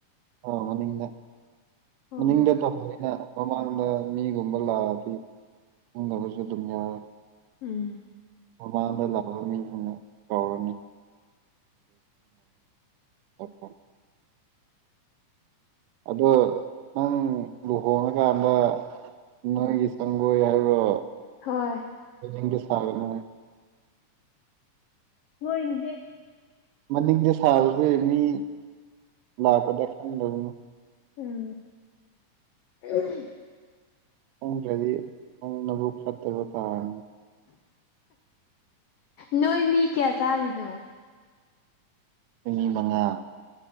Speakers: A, on the right (about 80°); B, on the left (about 80°).
A: ꯑꯣ ꯃꯅꯤꯡꯗ ꯃꯅꯤꯡꯗ
B: ꯑꯣ
A: <unintelligible> ꯃꯃꯥꯡꯗ ꯃꯤꯒꯨꯝꯕ ꯂꯥꯛꯑꯗꯤ ꯐꯝꯗꯕꯁꯨ ꯑꯗꯨꯝ ꯌꯥꯎꯋꯦ
B: ꯎꯝ
A: ꯃꯃꯥꯡꯗ ꯂꯥꯛꯈꯕ ꯃꯤꯁꯤꯡꯅ ꯀꯧꯔꯅꯤ <unintelligible> ꯑꯗꯣ ꯅꯪ ꯂꯨꯍꯣꯡꯉꯀꯥꯟꯗ ꯅꯣꯏꯒꯤ ꯁꯪꯒꯣꯏ ꯍꯥꯏꯕ꯭ꯔꯣ
B: ꯍꯣꯏ
A: <unintelligible>
B: ꯅꯣꯏꯅꯦ ꯍꯦ
A: ꯃꯅꯤꯡꯗ ꯁꯥꯕꯁꯦ ꯃꯤ ꯂꯥꯛꯄꯗ ꯈꯤꯇꯪ ꯅꯩꯅꯤ
B: ꯎꯝ <unintelligible>
A: ꯍꯣꯡꯗ꯭ꯔꯗꯤ ꯅꯪ ꯅꯕꯨꯛ ꯐꯠꯇꯕ ꯇꯥꯔꯅꯤ
B: ꯅꯣꯏ ꯃꯤ ꯀꯌꯥ ꯆꯥꯔꯤꯅꯣ
A: ꯃꯤ ꯃꯉꯥ